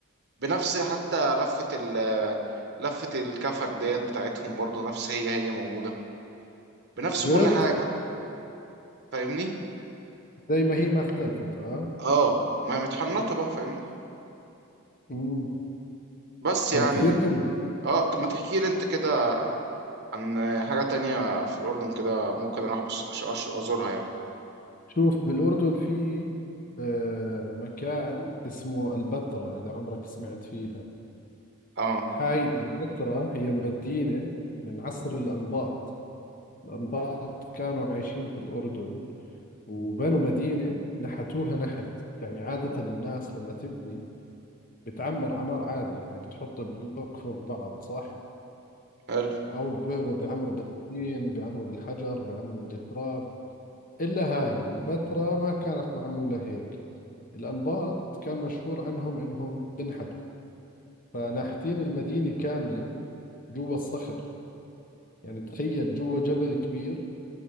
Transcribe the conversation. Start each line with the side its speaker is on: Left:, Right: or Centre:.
Right: بنفس حتى لفة ال لفة الكفن ديت بتاعتهم برضو نفس هي هي موجودة بنفس
Left: جد
Right: كل حاجة فاهمني
Left: زي ما هي ما اختلفت اه
Right: اه ما هي متحنطة بقى فاهمني
Left: مم.
Right: بس
Left: طب
Right: يعني
Left: كثير حلو
Right: اه طب ما تحكي لي انت كده عن حاجة تانية في الأردن كده ممكن اروح ابص أش- أش- ازورها يعني
Left: شوف بالأردن في آه مكان اسمه البتراء إذا عمرك سمعت فيها
Right: اه
Left: هاي البتراء هي مدينة من عصر الأنباط الأنباط كانوا عايشين في الأردن وبنوا مدينة نحتوها نحت يعني عادة الناس لما تبني بتعمر عمار عادي يعني بتحط بلوك فوق بعض صح
Right: حلو
Left: أو ب- ب- بيعمروا بالطين بيعمروا بالحجر بيعمروا بالتراب إلا هاي البتراء ما كانت معمولة هيك الأنباط كان مشهور عنهم إنهم بنحتوا فناحتين المدينة كاملة جوا الصخر يعني تخيل جوا جبل كبير